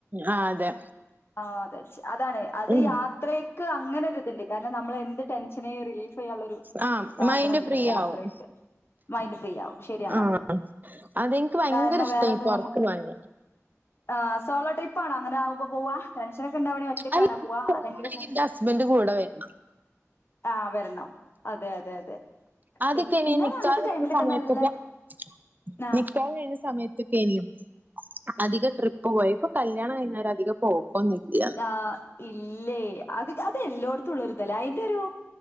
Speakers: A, on the right; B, on the left.
A: ആഹ് അതെ
B: ആഹ് അതാര്ച്ച് അതാണ് അത്
A: ഉം.
B: യാത്രേ ക്ക് അങ്ങനൊര്ത്ണ്ട് കാരണം നമ്മളെ എന്ത് ടെൻഷനേം റിലീഫെയ്യാള്ളൊരു
A: ആ
B: സാധന്ണ്ട്
A: മൈൻഡ് ഫ്രീ
B: പറയാ യാത്രക്ക്
A: ആവും
B: മൈൻഡ് ഫ്രീയാവും ശരിയാണത്
A: ആ അതെനിക്ക് ഭയങ്കര
B: കാരണം
A: ഇഷ്ടമായി
B: വേറെന്താ
A: പുറത്തു
B: നമുക്ക്
A: പോകാൻ
B: ആഹ് സോളോ ട്രിപ്പാണോ അങ്ങനെ ആവുമ്പോ പോവാ ടെൻഷനൊക്കെ ഇണ്ടാവണെങ്കി ഒറ്റക്കാണോ
A: അല്ല
B: പോവാ
A: പോവാണെങ്കിൽ
B: അല്ലെങ്കില്
A: എന്റെ ഹസ്ബൻഡ് കൂടെ വരണം
B: ആഹ് വെർണം അതെ അതെ അതെ
A: ആദ്യൊക്കാണെ
B: പി പിന്നെ
A: ഈ നിക്കാഹ്
B: അങ്ങനത്തെ
A: കയ്ഞ്ഞ
B: ടൈമിലൊക്കെ
A: സമയത്തൊക്കെ
B: നല്ല
A: നി
B: ആഹ്
A: നിക്കാഹ് കയ്ഞ്ഞ സമയത്തൊക്കെയ്നി അധികം ട്രിപ്പ് പോയത് ഇപ്പം കല്യാണം കയ്ഞ്ഞോര അധികം പോക്കൊന്നുല്യാ
B: ആഹ് ഇല്ലേ അത് അത്എല്ലോട് ത്തുള്ള ഒര്തല്ലേ അതിന്റെ ഒരു